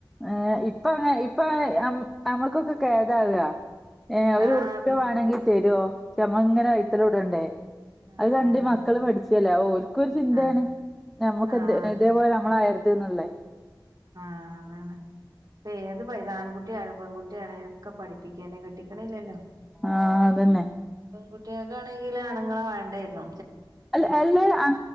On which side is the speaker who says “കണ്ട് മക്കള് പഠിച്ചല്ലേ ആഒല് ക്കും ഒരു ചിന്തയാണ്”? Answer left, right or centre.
Centre